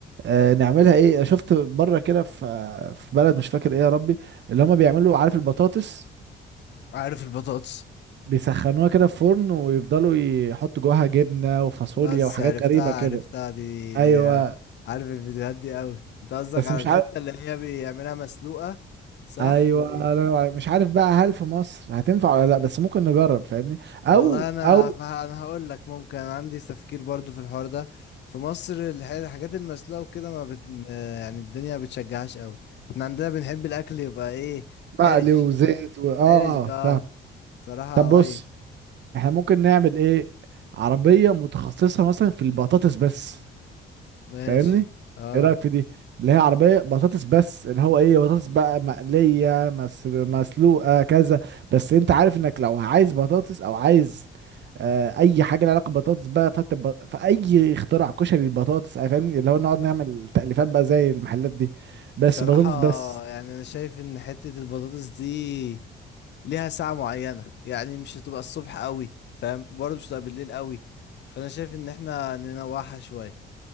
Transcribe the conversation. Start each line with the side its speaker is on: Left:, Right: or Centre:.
Right: آه نعملها ايه شفت بره كده في آه، في بلد مش فاكر ايه يا ربي اللي هما بيعملوا عارف البطاطس
Left: عارف البطاطس
Right: بيسخنوها كده في فرن ويفضلوا يحطوا جواها جبنه وفاصوليا
Left: بس
Right: وحاجات
Left: عرفتها
Right: غريبه كده
Left: عرفتها دي
Right: ايوه
Left: دي عارف الفيديوهات دي قوي انت قصدك
Right: بس
Left: على
Right: مش
Left: الحتة
Right: عارف
Left: اللي هي بيعملها مسلوقة صح
Right: ايوه
Left: و...
Right: انا مش عارف بقى هل في مصر هتنفع ولا لا بس ممكن نجرب فاهمني او
Left: والله انا
Right: او
Left: فه... انا هقول لك ممكن عندي تفكير برضو في الحوار ده في مصر الح- الحاجات المسلوقة وكده ما بت... يعني الدنيا ما بتشجعهاش قوي احنا عندنا بنحب الاكل يبقى ايه
Right: مقلي
Left: حرش
Right: وزيت و... اه
Left: حرش بقى
Right: فاهم
Left: صراحة
Right: طب بص
Left: ايوه
Right: احنا ممكن نعمل ايه عربية متخصصة مثلا في البطاطس بس
Left: ماشي
Right: فاهمني
Left: اه
Right: ايه رايك في دي اللي هي عربيه بطاطس بس اللي هو ايه بطاطس بقى مقليه مسر مسلوقه كذا بس انت عارف انك لو عايز بطاطس او عايز آه اي حاجه لها علاقه ببطاطس بقى فانت ب... فاي اختراع كشري البطاطس آه، فاهمني اللي هو نقعد نعمل تأليفات بقى زي المحلات دي بس
Left: بصراحة
Right: بطاطس بس
Left: يعني انا شايف ان حتة البطاطس دي ليها ساعة معينة يعني مش هتبقى الصبح قوي فاهم برضه مش هتبقى بالليل قوي فانا شايف ان احنا ننوعها شوية